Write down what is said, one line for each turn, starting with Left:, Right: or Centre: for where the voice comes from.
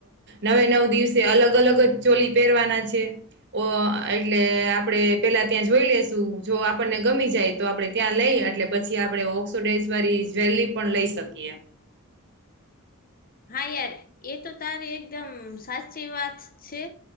Right: નવે નવ દિવસે અલગ અલગ જ ચોલી પહેરવાના છે ઓ એટલે આપણેે પેલા ત્યાં જોઈ લેશું જો આપણને ગમી જાય તો આપડે ત્યાં લઈ એટલે પછી આપડે ઓક્સોડાઝ વાળી જવેલી પણ લઈ શકીએ
Left: હા યાર એ તો તારે એક એકદમ સાચી વાત છે